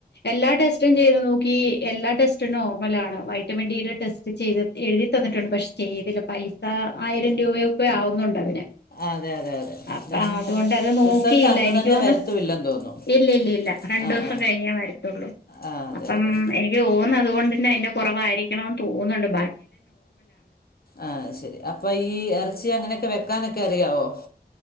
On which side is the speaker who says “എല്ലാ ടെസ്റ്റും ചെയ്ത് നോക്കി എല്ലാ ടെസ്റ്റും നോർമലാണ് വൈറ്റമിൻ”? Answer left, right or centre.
Left